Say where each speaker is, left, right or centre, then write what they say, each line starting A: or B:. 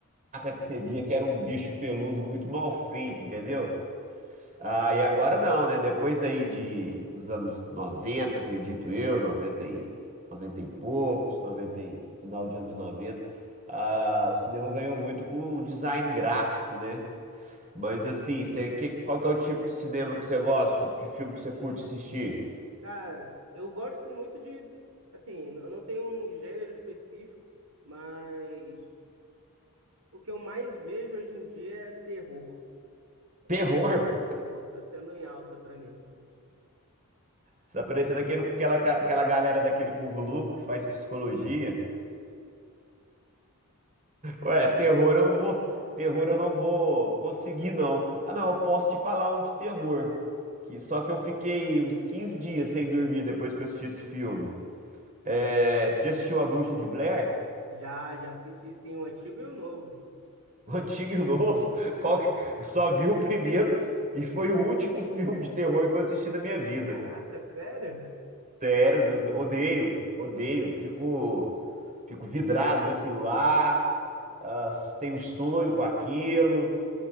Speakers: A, on the right; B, on the right.
A: taca que você via que era um bicho peludo muito mal feito, entendeu? Ah, e agora não, né? Depois aí de, dos anos 90 acredito eu, noventa e, 90 e poucos, noventa e, final de anos 90 ah, o cinema ganhou muito com o design gráfico, né? Mas assim, você, que, qual que é o tipo de cinema que você gosta, o tipo de filme que você curte assistir?
B: Cara, eu gosto muito de, assim, eu não tenho um gênero específico, mas o que eu mais vejo hoje em dia é terror.
A: Terror?
B: Terror, terror tá sendo em alta pra mim.
A: Você tá parecendo aquele, aquela, aquela galera daquele povo louco que faz psicologia. Ué, terror eu não vou, terror eu não vou conseguir não. Ah, não, eu posso te falar um de terror. Que só que eu fiquei uns 15 dias sem dormir depois que eu assisti esse filme. É, você já assistiu A Bruxa de Blair?
B: Já, já assisti, sim, o antigo e o novo.
A: O antigo e o novo? <laughs> Qual
B: Sim,
A: que-
B: tem,
A: Eu só
B: tem
A: vi
B: duas
A: o
B: versões.
A: primeiro e foi o último filme de terror que eu assisti na minha vida.
B: Caraca, sério?
A: Sério, d- odeio, odeio. Fico, fico vidrado naquilo lá. Ah, tenho um sonho com aquilo.